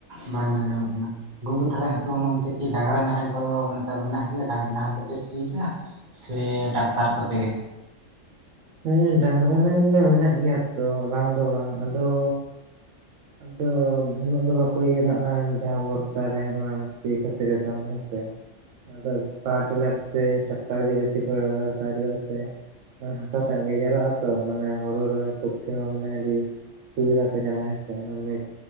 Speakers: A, on the right (about 45°); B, on the right (about 80°).
A: ᱵᱟᱝ ᱧᱮᱞ ᱧᱟᱢᱚᱜ ᱠᱟᱱᱟ ᱾ ᱜᱚᱢᱠᱮ ᱛᱟᱦᱚᱞᱮ ᱟᱯᱮ ᱚᱱᱼᱚᱱᱛᱮ ᱠᱤ ᱰᱟᱝᱨᱟ ᱱᱟᱦᱮᱞ ᱠᱚ ᱫᱚ ᱱᱮᱛᱟᱨ ᱢᱮᱱᱟᱜ ᱜᱮᱭᱟ ᱰᱟᱝᱨᱟ ᱱᱟᱦᱮᱞ ᱛᱮᱯᱮ ᱥᱤᱭᱮᱫᱟ? ᱥᱮ ᱴᱟᱠᱴᱟᱨ ᱠᱚ ᱛᱮᱜᱮ?
B: ᱦᱮᱸ ᱰᱟᱝᱨᱟ ᱱᱟᱦᱮᱞ ᱫᱚ ᱢᱮᱱᱟᱜ ᱜᱮᱭᱟ ᱛᱚ ᱵᱟᱝ ᱫᱚ ᱵᱟᱝ ᱟᱫᱚᱼᱼ ᱟᱫᱚ ᱩᱱᱟᱹᱜ ᱫᱚ ᱵᱟᱠᱚ ᱤᱭᱟᱹᱭᱮᱫᱟ ᱡᱟᱦᱟᱸ ᱵᱚᱨᱥᱟ ᱨᱮ ᱥᱤ ᱠᱷᱟᱹᱛᱤᱨ ᱫᱚ ᱦᱮᱸ ᱥᱮ ᱾ ᱟᱫᱚ ᱯᱟᱣᱟᱨ ᱴᱤᱞᱟᱨ ᱥᱮ ᱴᱟᱠᱴᱚᱨ ᱜᱮ ᱵᱮᱥᱤ ᱠᱩ ᱵᱮᱣᱦᱟᱨᱮᱫᱟ ᱪᱮᱫᱟᱜ ᱥᱮ ᱼᱼ ᱦᱟᱥᱟ ᱴᱟᱜ ᱜᱮᱡᱮᱨᱚᱜᱼᱟ ᱛᱚ ᱢᱟᱱᱮ ᱦᱩᱲᱩ ᱨᱚᱦᱚᱭ ᱯᱚᱠᱠᱷᱮ ᱦᱚᱸ ᱢᱟᱱᱮ ᱟᱹᱰᱤ ᱼᱼ ᱥᱩᱵᱤᱫᱷᱟ ᱠᱚ ᱧᱟᱢᱟ ᱦᱮᱸᱥᱮ ᱢᱟᱹᱱᱢᱤ ᱠᱚ